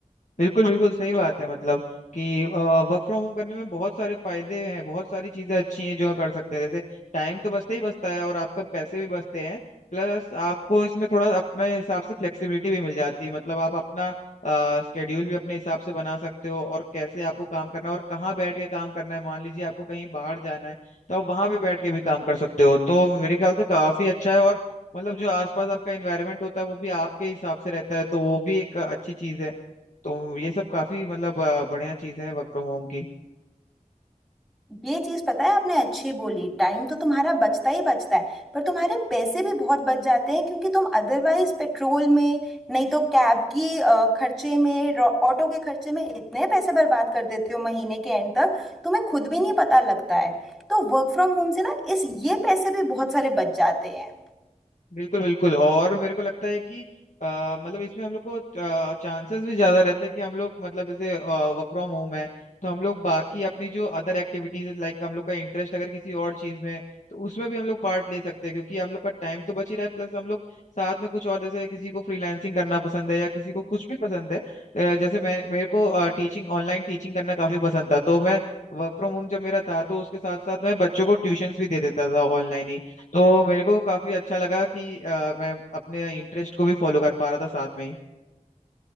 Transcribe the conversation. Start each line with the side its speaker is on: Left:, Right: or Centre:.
Left: बिल्कुल बिल्कुल सही बात है मतलब कि वर्क फ्रॉम होम करने में बहुत सारे फायदे हैं बहुत सारी चीजें अच्छी हैं जो कर सकते हैं जैसे टाइम तो बचता ही बचता है और आपका पैसे भी बचते हैं प्लस आपको इसमें थोड़ा अपने हिसाब से फ्लेक्सिबिलिटी भी मिल जाती है मतलब आप अपना स्केड्यूल भी अपने हिसाब से बना सकते हो और कैसे आपको काम करना है और कहाँ बैठ के काम करना है मान लीजिए आपको कहीं बाहर जाना है तो आप वहां पे बैठ के भी काम कर सकते हो तो मेरे ख्याल से काफी अच्छा है और मतलब जो आसपास आपका एनवायरनमेंट होता है वो भी आपके हिसाब से रहता है तो वो भी एक अच्छी चीज है तो ये सब काफी मतलब अ, बढ़िया चीज है वर्क फ्रॉम होम की
Centre: ये चीज़ पता है आपने अच्छी बोली टाइम तो तुम्हारा बचता ही बचता है पर तुम्हारे पैसे भी बहुत बच जाते हैं क्योंकि तुम अदरवाइज पेट्रोल में नहीं तो कैब की अ, खर्चे में रो- ऑटो के खर्चे में इतने पैसे बर्बाद कर देते हो महीने के एंड तक तुम्हें खुद भी नहीं पता लगता है तो वर्क फ्रॉम होम से ना इस ये पैसे भी बहुत सारे बच जाते हैं
Left: बिल्कुल बिल्कुल और मेरे को लगता है कि अ, मतलब इसमें हम लोग को चांसेस भी ज्यादा रहते हैं कि हम लोग मतलब जैसे वर्क फ्रॉम होम है तो हम लोग बाकी अपनी जो अदर एक्टिविटीज लाइक हम लोग का इंटरेस्ट अगर किसी और चीज में है, तो उसमें भी हम लोग पार्ट ले सकते हैं क्योंकि हम लोग का टाइम तो बच ही रहा है प्लस हम लोग साथ में कुछ और जैसे किसी को फ्रीलांसिंग करना पसंद है या किसी को कुछ भी पसंद है अ, जैसे मैं मेरे को टीचिंग ऑनलाइन टीचिंग करना काफी पसंद था तो मैं वर्क फ्रॉम होम जब मेरा था तो उसके साथ साथ मैं बच्चों को ट्यूशंस भी दे देता था ऑनलाइन ही तो मेरे को काफी अच्छा लगा कि अ, मैं अपने इंटरेस्ट को भी फॉलो कर पा रहा था साथ में ही